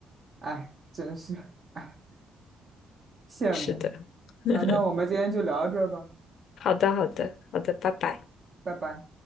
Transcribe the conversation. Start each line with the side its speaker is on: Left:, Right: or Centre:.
Right: 哎，真是哎，羡慕
Left: 是的，<laughs>
Right: 啊！那我们今天就聊到这儿吧，
Left: 好的，好的，好的，拜拜。
Right: 拜拜。